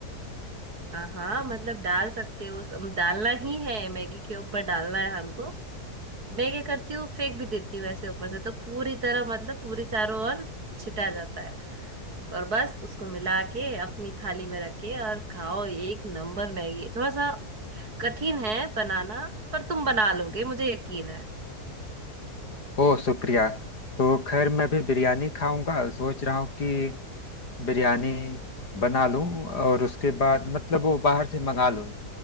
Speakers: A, on the right (about 70°); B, on the left (about 90°).
A: हाँ हाँ मतलब डाल सकते हो डालना ही है मैगी के ऊपर डालना है हमको मैं क्या करती हूँ फेंक भी देती हूँ ऐसे ऊपर से तो पूरी तरह मतलब पूरी चारों ओर छिटा जाता है और बस उसको मिला के अपनी थाली में रख के और खाओ ये एक नंबर मैगी है। थोड़ा सा कठिन है बनाना पर तुम बना लोगे मुझे यकीन है
B: ओह शुक्रिया तो खैर मैं भी बिरयानी खाऊंगा सोच रहा हूँ कि बिरयानी बना लूं और उसके बाद मतलब वो बाहर से मंगा लूं